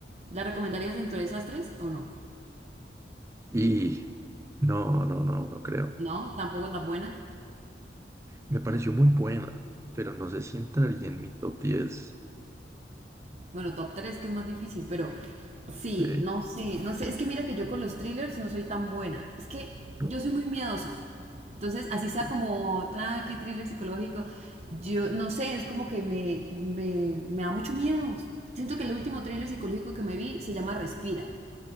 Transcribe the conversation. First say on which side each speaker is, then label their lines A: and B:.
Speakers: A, on the right (about 40°); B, on the right (about 15°).
A: ¿las recomendarías dentro de esas tres o no?
B: Y no, no, no, no creo.
A: No, tampoco tan buena.
B: Me pareció muy buena, pero no sé si entraría en mi top diez
A: Bueno, top 3, que es más difícil, pero sí,
B: Sí,
A: no sé, no sé, es que mira que yo con los thrillers no soy tan buena. Es que
B: no,
A: yo soy muy miedosa. Entonces, así sea
B: sí.
A: como tranqui, thriller psicológico, yo no sé, es como que me, me, me da mucho miedo. Siento que el último thriller psicológico que me vi se llama Respira.